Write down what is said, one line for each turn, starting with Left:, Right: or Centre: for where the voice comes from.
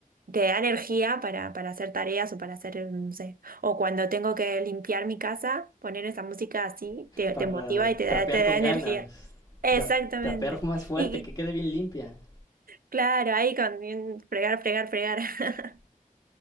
Right: Te da energía para, para hacer tareas o para hacer, no sé, o cuando tengo que limpiar mi casa, poner esa música así, te,
Left: para
Right: te motiva y te da,
Left: trapear
Right: te
Left: con
Right: da energía.
Left: ganas,
Right: Exactamente.
Left: tra- trapear más fuerte,
Right: Y
Left: que quede bien limpia.
Right: claro, ahí con fregar, fregar, fregar. <laughs>